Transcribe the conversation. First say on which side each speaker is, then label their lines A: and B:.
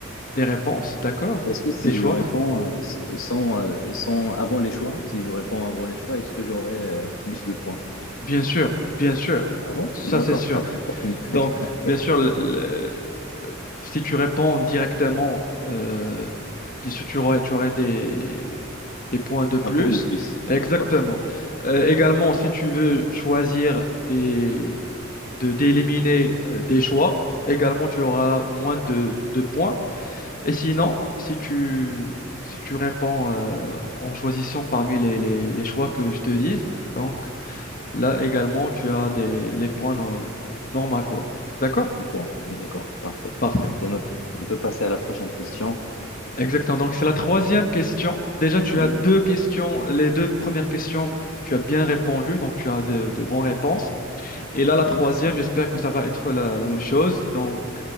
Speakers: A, on the left; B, on the left.
A: des réponses, d'accord,
B: Est-ce que si
A: des choix.
B: je réponds euh, s- sans, euh, sans avant les choix, si je réponds avant les choix, est-ce que j'aurai euh, plus de points?
A: Bien sûr, bien sûr,
B: Ah bon?
A: ça
B: D'accord,
A: c'est sûr.
B: parfait.
A: <laughs> Donc,
B: <laughs>
A: bien sûr, le- le- euh, si tu réponds directement, euh, bien sûr, tu aurais, tu aurais des, des points de plus.
B: Un point de plus.
A: Exactement.
B: Ah, Parfait.
A: Euh, également, si tu veux choisir des, de, d'éliminer euh, des choix, également, tu auras moins de, de points. Et sinon, si tu, si tu réponds euh, en choisissant parmi les, les, les choix que je te dise, donc, Là également, tu as des, les points no- normaux, quoi. D'accord?
B: Un point. D'accord, parfait.
A: Parfait.
B: C'est noté. On peut passer à la prochaine question.
A: Exactement. Donc, c'est la troisième question. Déjà, tu
B: Oui,
A: as deux questions. Les deux premières questions, tu as bien répondu. Donc, tu as de, de bonnes réponses. Et là, la troisième,
B: merci.
A: j'espère que ça va être la, la même chose. Donc,